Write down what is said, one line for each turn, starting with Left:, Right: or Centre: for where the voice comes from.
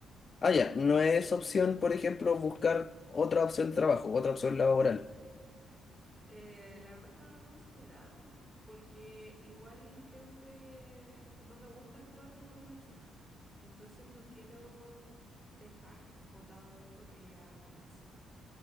Left: ah, ya, no es opción, por ejemplo, buscar otra opción de trabajo, otra opción laboral.
Centre: Eh, la verdad es que no lo he considerado, porque igual creo que no me gusta actuar de forma chueca. Entonces no quiero dejar botado esto que ya comencé.